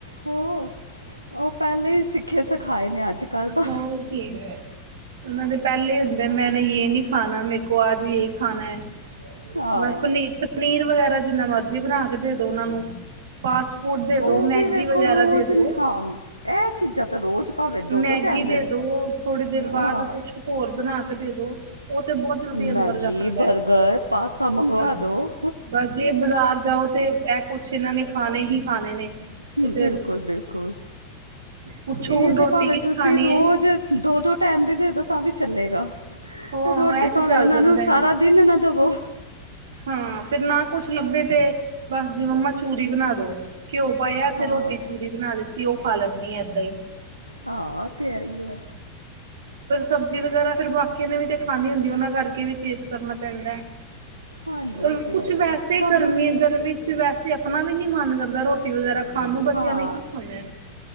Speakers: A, on the right; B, on the right.
A: ਹੋਰ ਉਹ ਪਹਿਲੇ ਹੀ ਸਿੱਖੇ ਸਿਖਾਏ ਨੇ ਅੱਜ ਕੱਲ੍ਹ ਤਾਂ
B: ਓਕੇ ਉਹ ਪਹਿਲੇ ਹੁੰਦੇ ਮੈਨ ਯ ਨੀ ਖਾਣਾ ਮੇਰੇ ਕੋਲ ਅੱਜ ਇਹ ਖਾਣਾ ਹੈ
A: ਹਾਂ
B: ਬਸ ਪਨੀਰ ਪਨੀਰ ਵਗੈਰਾ ਜਿੰਨਾ ਮਰਜੀ ਬਣਾ ਕੇ ਦੇ ਦੋ ਉਹਨਾਂ ਨੂੰ ਫਾਸਟ ਫੂਡ ਦੇ ਦੋ
A: ਉਹ
B: ਮੈਗੀ
A: ਵੀ ਵੇਖੋ
B: ਵਗੈਰਾ
A: ਰੋਜ਼
B: ਦੇ ਦੋ
A: ਹਾਂ ਇਹ ਚੀਜ਼ਾਂ ਤਾਂ ਰੋਜ਼ ਭਾਵੇਂ ਦੋ
B: ਮੈਗੀ
A: ਦੋ ਟਾਈਮ
B: ਦੇ ਦੋ ਥੋੜੀ ਦੇਰ ਬਾਅਦ
A: ਹਾਂ
B: ਕੁਛ ਹੋਰ ਬਣਾ ਕੇ ਦੇ ਦੋ ਉਹ ਤੇ ਬਹੁਤ ਜਲਦੀ
A: ਮੈਗੀ
B: ਅੰਦਰ ਜਾਂਦਾ
A: ਬਰਗਰ ਪਾਸਤਾ ਮੰਗਵਾ
B: ਹੈ।
A: ਦੋ
B: ਬਸ ਜੇ ਬਾਜ਼ਾਰ ਜਾਓ ਤੇ ਇਹ ਕੁਛ ਇਹਨਾਂ ਨੇ ਖਾਣੇ ਹੀ ਖਾਣੇ ਨੇ ਤੇ ਫੇਰ
A: ਬਿਲਕੁਲ ਬਿਲਕੁਲ
B: ਪੁੱਛੋ
A: ਇਹ
B: ਹੁਣ ਰੋਟੀ
A: ਤੇ ਭਾਵੇ
B: ਕੀ
A: ਤੁਸੀਂ
B: ਖਾਣੀ
A: ਰੋਜ਼
B: ਹੈ
A: ਦੋ ਦੋ ਟਾਈਮ ਵੀ ਦੇਦੋ ਤਾਂ ਵੀ ਚੱਲੇਗਾ
B: ਹੋ
A: ਰੋਟੀ
B: ਇਹ
A: ਭਾਵੇਂ
B: ਤੇ ਚੱਲ
A: ਉਹਨਾਂ
B: ਜਾਂਦਾ
A: ਨੂੰ ਸਾਰਾ
B: ਹੈ
A: ਦਿਨ ਨਾ ਦਵੋ
B: ਹਾਂ ਫਿਰ ਨਾ ਕੁਛ ਲੱਭੇ ਤੇ ਬਸ ਜੇ ਮੰਮਾ ਚੂਰੀ ਬਣਾ ਦੋ ਘਿਓ ਪਾਇਆ ਤੇ
A: ਹਾਂ
B: ਰੋਟੀ ਚੂਰੀ ਬਣਾ ਦਿੱਤੀ ਤੇ ਉਹ ਖਾ ਲੈਂਦੀ ਆ ਏਦਾਂ ਹੀ
A: ਹਾਂ ਤੇ ਆ ਹੈ
B: ਫਿਰ ਸਬਜ਼ੀ ਵਗੈਰਾ ਫਿਰ ਬਾਕੀਆਂ ਨੇ ਵੀ ਤੇ ਖਾਨੀ ਹੁੰਦੀ ਉਹਨਾਂ ਕਰਕੇ ਵੀ ਚੇਂਜ ਕਰਨਾ ਪੈਂਦਾ ਹੈ
A: ਹਾਂਜੀ
B: ਰ
A: ਇਹ ਤੇ
B: ਕੁਛ
A: ਹੈ ਹੀ
B: ਵੈਸੇ
A: ਹੈ। ਸਭ
B: ਗਰਮੀ ਗਰਮੀ ਚ ਵੈਸੇ ਆਪਣਾ ਵੀ ਨੀ ਮਨ ਕਰਦਾ ਰੋਟੀ ਵਗੈਰਾ ਖਾਣ ਨੂੰ ਬੱਚਿਆਂ
A: ਹਾਂ
B: ਨੇ ਕੀ ਖਾਣਾ ਹੈ